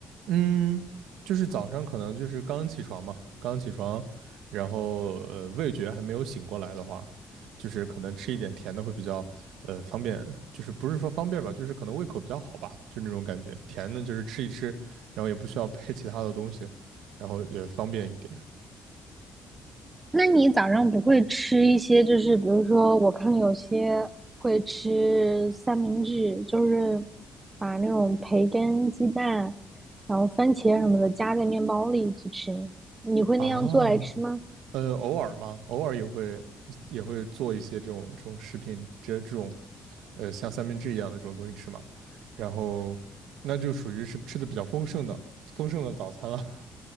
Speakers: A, on the right; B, on the right.
A: 嗯，就是早上可能就是刚起床嘛，刚起床，然后呃味觉还没有醒过来的话，就是可能吃一点甜的会比较呃方便，就是不是说方便吧，就是可能胃口比较好吧，就那种感觉。甜的就是吃一吃，然后也不需要配其他的东西，然后也方便一点
B: 那你早上不会吃一些就是比如说我看有些会吃三明治，就是把那种培根、鸡蛋，然后番茄什么的夹在面包里去吃，你会那样做来吃吗？
A: 啊。呃，偶尔嘛，偶尔也会也会做一些这种这种食品，这这种呃，像三明治一样的这种东西吃嘛，然后那就属于是吃的比较丰盛的丰盛的早餐了。